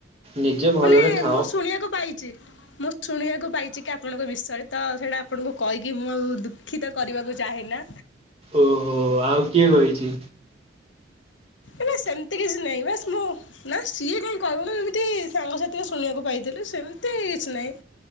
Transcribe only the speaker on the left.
ମାନେ
ମୁଁ ଶୁଣିବାକୁ ପାଇଚି ମୋ ଶୁଣିବାକୁ ପାଇଚି କି ଆପଣଙ୍କ ବିଷୟରେ ତ ସେଇଟା ଆପଣଙ୍କୁ କହିକି ମୁଁ ଆଉ ଦୁଃଖିତ କରିବାକୁ ଚାହେଁନା।
ନାଇ ସେମତି କିଛି ନାଇଁ ବାସ୍‌ ମୁଁ ନା ସିଏ କାଇଁ କହିବ ନା ଏମତି ସାଙ୍ଗସାଥିରେ ଶୁଣିବାକୁ ପାଇଥିଲି ସେମତି କିଛି ନାଇଁ।